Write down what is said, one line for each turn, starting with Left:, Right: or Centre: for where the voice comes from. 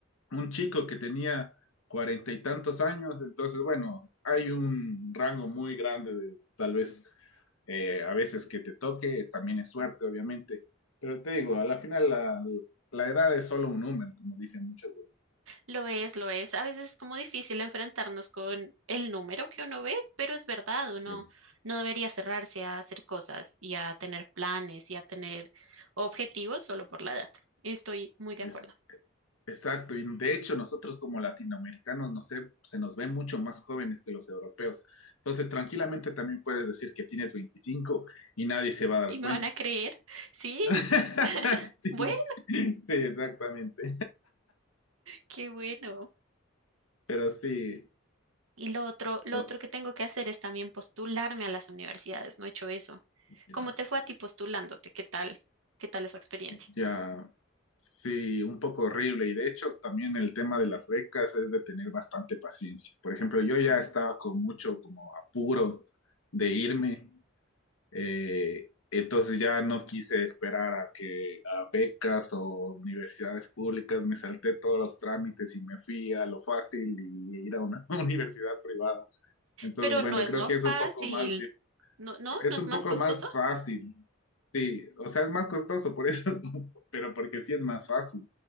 Left: un chico que tenía cuarenta y tantos años. Entonces, bueno, hay un rango muy grande de tal vez eh, a veces que te toque, también es suerte, obviamente. Pero te digo, a la final la, la edad es solo un número, como dicen muchos.
Right: Lo es, lo es. A veces es como difícil enfrentarnos con el número que uno ve, pero es verdad, uno
Left: Sí.
Right: no debería cerrarse a hacer cosas y a tener planes y a tener objetivos solo por la edad. Estoy muy de
Left: Pues,
Right: acuerdo.
Left: exacto, y de hecho nosotros como latinoamericanos, no sé, se nos ven mucho más jóvenes que los europeos. Entonces, tranquilamente también puedes decir que tienes 25 y nadie se va a dar
Right: ¿Y me
Left: cuenta.
Right: van a creer? Sí.
Left: <laughs>
Right: <laughs>
Left: Sí,
Right: Bueno,
Left: sí, exactamente.
Right: qué bueno.
Left: Pero sí,
Right: Y lo otro, lo
Left: no,
Right: otro que tengo que hacer es también postularme a las universidades. No he hecho eso.
Left: ya,
Right: ¿Cómo te fue a ti postulándote? ¿Qué tal? ¿Qué tal esa experiencia?
Left: ya, sí, un poco horrible. Y de hecho, también el tema de las becas es de tener bastante paciencia. Por ejemplo, yo ya estaba con mucho como apuro de irme. Eh, entonces ya no quise esperar a que a becas o universidades públicas, me salté todos los trámites y me fui a lo fácil y ir a una <laughs> universidad privada. Entonces,
Right: Pero
Left: bueno,
Right: no es
Left: creo
Right: lo
Left: que
Right: fácil.
Left: es un poco más dif-
Right: No, no,
Left: es
Right: no es
Left: un
Right: más
Left: poco
Right: costoso.
Left: más
Right: <laughs>
Left: fácil. Sí, o sea, es más costoso por eso, <laughs> pero porque sí es más fácil.